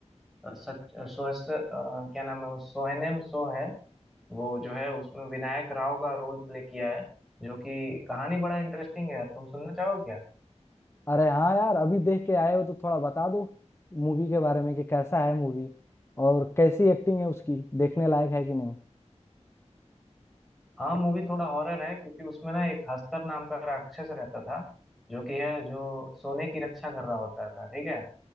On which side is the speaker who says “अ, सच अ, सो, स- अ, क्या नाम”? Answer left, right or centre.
Centre